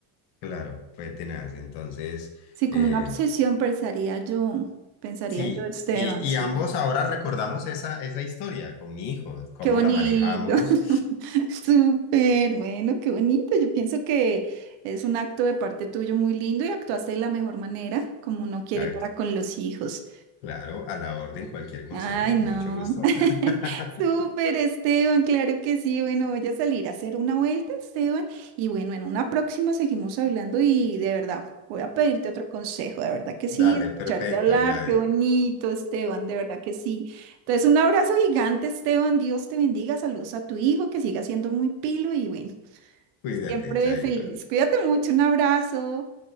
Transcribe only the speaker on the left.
claro, fue tenaz. Entonces,
eh,
sí,
y,
y ambos ahora recordamos esa, esa historia con mi hijo, cómo
la manejamos.
Ay,
claro, a la orden, cualquier consejo,
con
mucho gusto.
<laughs>
Dale,
perfecto,
Yadi.
Cuídate,
Chaito.